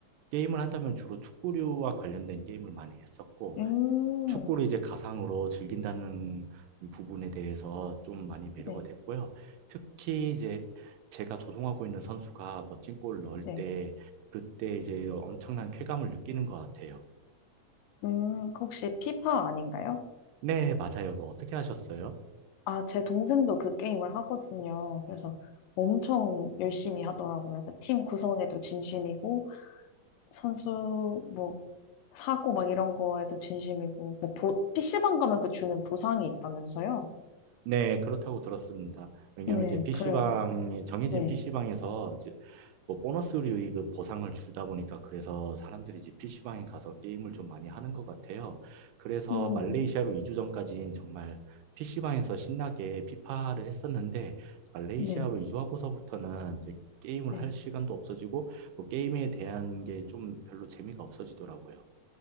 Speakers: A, on the right; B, on the left.
A: 게임을 한다면 주로 축구류와 관련된 게임을 많이 했었고
B: 음,
A: 축구를 이제 가상으로 즐긴다는 이 부분에 대해서 좀 많이 매료가
B: 네.
A: 됐고요. 특히 이제 제가 조종하고 있는 선수가 멋진 골을 넣을
B: 네.
A: 때 그때 이제 엄청난 쾌감을 느끼는 것 같아요.
B: 음, 그 혹시 피파 아닌가요?
A: 네, 맞아요. 그거 어떻게 하셨어요?
B: 아, 제 동생도 그 게임을 하거든요. 그래서 엄청 열심히 하더라고요. 그팀 구성에도 진심이고, 선수 뭐 사고 막 이런 거에도 진심이고, 뭐 보, PC방 가면 그 주는 보상이 있다면서요?
A: 네, 그렇다고 들었습니다. 왜냐하면
B: 네,
A: 이제 PC방에
B: 그래가지고.
A: 정해진
B: 네.
A: PC방에서 뭐 보너스류 그 보상을 주다 보니까 그래서 사람들이 이제 PC방에 가서 게임을 좀 많이 하는 것 같아요. 그래서
B: 음,
A: 말레이시아로 2주 전까지는 정말 PC방에서 신나게 피파를 했었는데 말레이시아로
B: 네,
A: 이주하고서부터는 이제 게임을
B: 네.
A: 할 시간도 없어지고 뭐 게임에 대한 게 좀 별로 재미가 없어지더라고요.